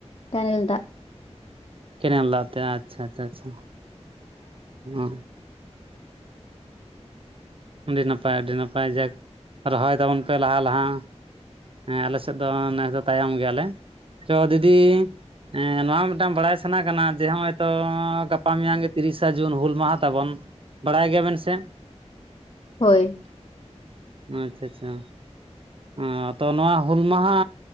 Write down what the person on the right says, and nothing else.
ᱠᱮᱱᱮᱞ ᱫᱟᱜ ᱛᱮ ᱟᱪᱪᱷᱟ ᱟᱪᱪᱷᱟ ᱟᱪᱷᱟ ᱚᱻ ᱟᱹᱰᱤ ᱱᱟᱯᱟᱭ ᱟᱹᱰᱤ ᱱᱟᱯᱟᱭ ᱡᱟᱠ ᱨᱚᱦᱚᱭ ᱛᱟᱵᱚᱱ ᱯᱮ ᱞᱟᱦᱟ ᱞᱟᱦᱟ᱾ ᱦᱮᱸ ᱟᱞᱮ ᱥᱮᱫ ᱫᱚ ᱱᱮᱥ ᱫᱚ ᱛᱟᱭᱚᱢ ᱜᱮᱭᱟᱞᱮ ᱛᱚ ᱫᱤᱫᱤᱼᱼ ᱦᱮᱸ ᱱᱚᱣᱟ ᱢᱤᱫᱴᱟᱝ ᱵᱟᱲᱟᱭ ᱥᱟᱱᱟ ᱠᱟᱱᱟ ᱡᱮ ᱱᱚᱜᱚᱭᱛᱚ, ᱜᱟᱯᱟ ᱢᱮᱭᱟᱝ ᱜᱮ ᱛᱤᱨᱤᱥᱟ ᱡᱩᱱ ᱦᱩᱞ ᱢᱟᱦᱟ ᱛᱟᱵᱚᱱ᱾ ᱵᱟᱲᱟᱭ ᱜᱮᱭᱟ ᱵᱮᱱ ᱥᱮ᱾
ᱟᱪᱪᱷᱟ ᱟᱪᱪᱷᱟ ᱟ ᱛᱚ ᱱᱚᱣᱟ ᱦᱩᱞ ᱢᱟᱦᱟ